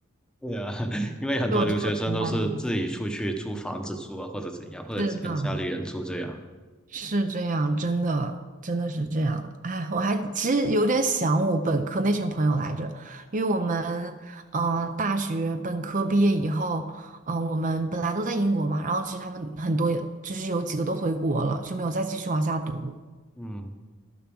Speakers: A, in the centre; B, on the right.
A: 对啊，<laughs> 因为很多留学生都是自己出去租房子住啊，
B: 就我只有同班同学。
A: 或者怎样，或者跟家里人住这样。
B: 是的，是这样，真的，真的是这样。哎，我还其实有点想我本科那群朋友来着，因为我们，嗯、大学本科毕业以后，嗯、我们本来都在英国嘛，然后其实他们很多也，就是有几个都回国了，就没有再继续往下读。
A: 嗯，